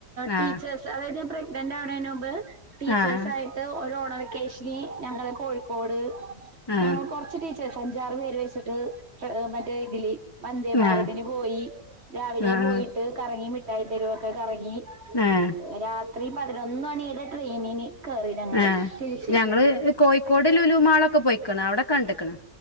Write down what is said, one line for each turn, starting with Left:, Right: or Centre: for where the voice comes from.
Right: ടീച്ചേഴ്സ്
Left: ആഹ്
Right: അതായത് പ്രെഗ്നന്റ് ആവണതിന് മുമ്പ് ടീച്ചേഴ്സ്
Left: ആഹ്
Right: ആയി ഒരു ഓണംവെക്കേഷന് ഞങ്ങൾ കോഴിക്കോട്
Left: ആഹ്
Right: ഞങ്ങൾ കുറച്ച് ടീച്ചേഴസ് അഞ്ചാറ് പേര് വെച്ചിട്ട് മറ്റേ ഇതില് വന്ദേഭാരതിന്
Left: ആഹ്
Right: പോയി രാവിലെ
Left: ആഹ്
Right: പോയിട്ട് കറങ്ങി മിഠായിത്തെരുവൊക്കെ കറങ്ങി
Left: ആഹ്
Right: രാത്രി പതിനൊന്ന് മണിയടെ ട്രെയിനിന് കേറി ഞങ്ങള്
Left: ആഹ്
Right: തിരിച്
Left: ഞങ്ങള് കോഴിക്കോട് ലുലുമാളൊക്കെ പൊയ്ക്കണ് അവിടെ കണ്ട്ക്കണ്